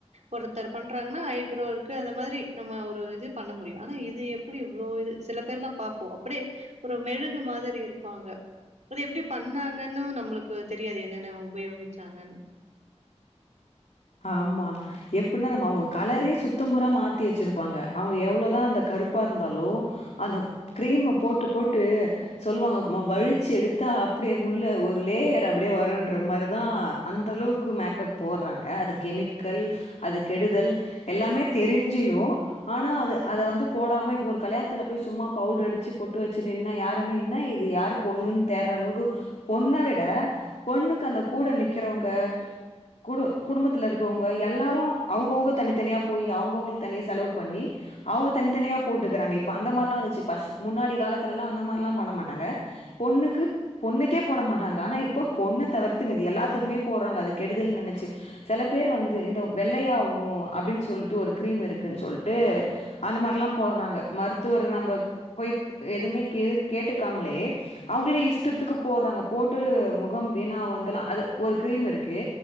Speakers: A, on the right; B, on the left.
A: ஒருத்தர் பண்றாங்கன்னா ஐப்ரோ இருக்கு இப்ப அந்த மாரி நம்ம ஒரு இது பண்ண முடியு ஆனா இது எப்டி இவ்ளோ இது சில பேர்ல்லா பாப்போ அப்டியே ஒரு மெழுகு மாதிரி இருப்பாங்க அது எப்டி பண்ணாங்கன்னு நம்மளுக்கு தெரியாது என்னென்ன உபயோகிச்சாங்கன்னு
B: ஆமா எப்டின்னா நம்ம அவுங்க கலரே சுத்த முறா மாத்தி வச்சிருப்பாங்க அவுங்க எவ்ளோதா அந்த கருப்பா இருந்தாலோ அந்த கிரீம்ம போட்டு போட்டு சொல்லுவாங்க சும்மா வழிச்சீ எடுத்தா அப்டியே உள்ள ஒரு லேயர் அப்டியே வரும்ன்ற மாதிரிதா அந்த அளவுக் கு மேக்கப் போடுறாங்க அது கெமிக்கல் அது கெடுதல் எல்லாமே தெரிஞ்சியு ஆனா அது அத வந்து போடாம இப்ப ஒரு கல்யாணத்துல போய் சும்மா பவுடர் அடிச்சீ பொட்டு வச்சீ நின்னா யாருமே என்ன இது யார் பொண்ணுன்னு தேடுற அளவுக்கு பொண்ண விட பொண்ணுக்கு அந்த கூட நிக்கிறவங்க குடு குடும்பத்தில இருக்கவங்க எல்லாரு அவுங்கோங்க தனித்தனியா போய் அவுங்கோங்களுக்கு தனியா செலவு பண்ணி அவுங்க தனித்தனியா போட்டுக்கறாங்க இப்ப அந்த மாரிலா வந்துச்சு பஸ் முன்னாடி காலத்துலல்லா அந்த மாதிரி எல்லா பண்ண மாட்டாங்க பொண்ணுக்கு பொண்ணுக்கே போட மாட்டாங்க ஆனா இப்ப பொண்ணு தவிர்த்து மீதி எல்லாத்துக்குமே போடுறாங்க அதுக் கெடுதல் நெனைச்சீ செல பேர் வந்து இந்த வெள்ளையாவுணு அப்டின்னு சொல்ட்டு ஒரு கிரீம் இருக்குன்னு சொல்ட்டு அந்த மாரில்லா போட்றாங்க மருத்துவ நம்ம போய் எதுவுமே கே கேட்டுக்காமலே அவுங்களே இஷ்டத்துக்கு போடுறாங்க போட்டு முகம் வீணா வந்தலாம் அது ஒரு கிரீம் இருக்கு